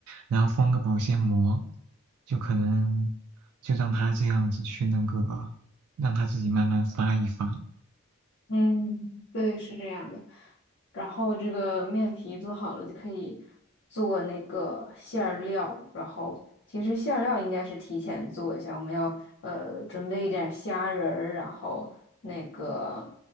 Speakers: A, on the right (about 75°); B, on the left (about 55°).
A: 然后封个保鲜膜，就可能就让它这样子去那个，让它自己慢慢发一发。
B: 嗯，对，是这样的。然后这个面皮做好了就可以做那个馅儿料，然后其实馅儿料应该是提前做一下，我们要呃准备一点虾仁儿，然后那个